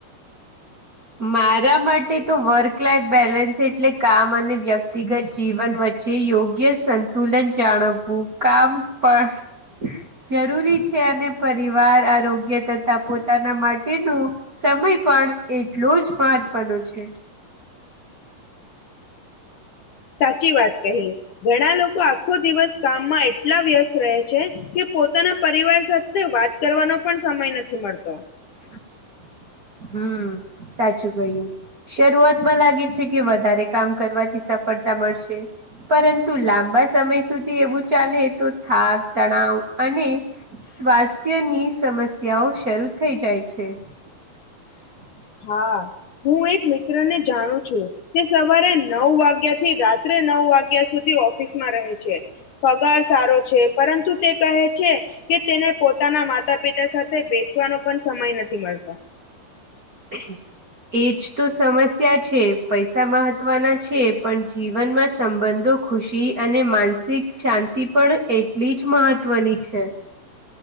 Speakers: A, on the right; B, on the left.
A: મારા માટે તો વર્ક લાઈફ બેલેન્સ એટલે કામ અને વ્યક્તિ વ્યક્તિગત જીવન વચ્ચે યોગ્ય સંતુલન જાળવવું કામ પણ જરૂરી છે અને પરિવાર આરોગ્ય તથા પોતાના માટેનું સમય પણ એટલો જ મહત્વનો છે
B: સાચી વાત કહી ઘણા લોકો આખો દિવસ કામમાં એટલા વ્યસ્ત રહે છે કે પોતાના પરિવાર સાથે વાત કરવાનો પણ સમય નથી મળતો
A: <inaudible> હા સાચું કહ્યું શરૂઆતમાં લાગે છે કે વધારે કામ કરવાથી સફળતા મળશે પરંતુ લાંબા સમય સુધી એવું ચાલે તો થાક તણાવ અને સ્વાસ્થ્યની સમસ્યાઓ શરૂ થઈ જાય છે <inaudible>
B: હ હું એક મિત્ર ને જાણું છું તે સવારે નવ વાગ્યા થી રાત્રે નવ વાગ્યા સુધી ઓફિસમાં રહે છે. પગાર સારો છે, પરંતુ તે કહે છે. કે તેને પોતાના માતા પિતા સાથે બેસવાનો પણ સમય નથી મલતો
A: <inaudible> એજ તો સમસ્યા છે, પૈસા મહત્વના છે, પણ જીવનમાં સંબંધો ખુશી અને માનસિક શાંતિ પણ એટલી જ મહત્વની છે.